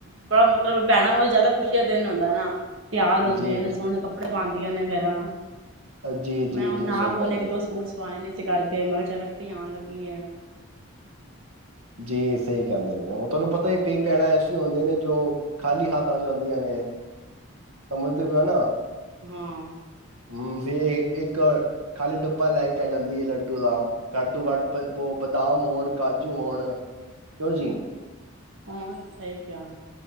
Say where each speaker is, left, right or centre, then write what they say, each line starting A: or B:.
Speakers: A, on the right; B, on the right.
A: ਬੜਾ ਮਤਲਬ ਭੈਣਾ ਵ ਜ਼ਿਆਦਾ ਖੁਸ਼ੀ ਦਾ ਦਿਨ ਹੁੰਦਾ ਨਾ ਤਿਆਰ ਹੁੰਦੀਆਂ
B: ਜੀ
A: ਨੇ ਸੋਹਣੇ ਕੱਪੜੇ ਪਾਉਂ ਆਂ ਨੇ ਫੇਰਾਂ
B: ਜੀ ਜੀ
A: ਮੈਂ ਹੁਣ
B: ਜੀ ਸਹੀ
A: ਆਪ
B: ਕਹਿੰਦੇ
A: ਉਹਨੇ ਇੱਕ ਦੋ ਸੂਟ ਸੁਵਾਏ ਨੇ ਸੀ। ਕਰਕੇ ਮਗਲ ਚ ਰੱਖਤੀ ਆਉਣ ਲੱਗੀ ਹੈ।
B: ਜੀ ਸਹੀ ਕਹਿੰਦੇ ਵੀ ਉਹ ਤੁਹਾਨੂੰ ਪਤਾ ਇਹ ਕਈ ਪੈਣਾ ਹੁੰਦੇ ਨੇ ਜੋ, ਖਾਲੀ ਹਾਥਾਂ ਆਉਦੀਆਂ ਨੇ। ਸਮਝਦੇ ਪਏ ਨਾ?
A: ਹਾਂ।
B: ਹਮ ਇੱਕ ਖਾਲੀ ਡੱਬਾ ਲੈ ਕੇ ਆ ਜਾਂਦੀ ਹੈ ਲੱਡੂ ਦ ਘੱਟ ਤੋਂ ਘੱਟ ਉਹ ਬਦਾਮ ਹੋਣ ਕਾਜੂ। ਹੁਣ ਕਿਉਂ ਜੀ।
A: ਹਾਂ ਸਹੀ ਕਿਹਾ।